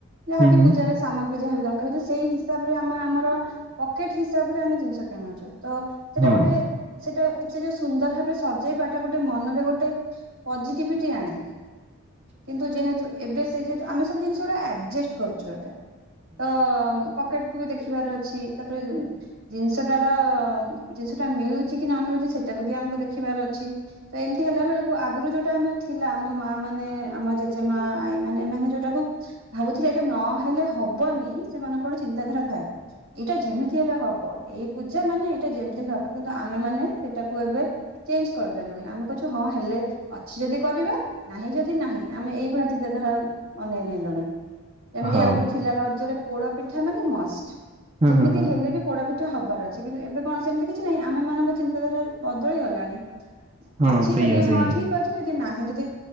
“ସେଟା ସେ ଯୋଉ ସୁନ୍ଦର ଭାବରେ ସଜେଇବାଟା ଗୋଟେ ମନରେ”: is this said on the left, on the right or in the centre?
Right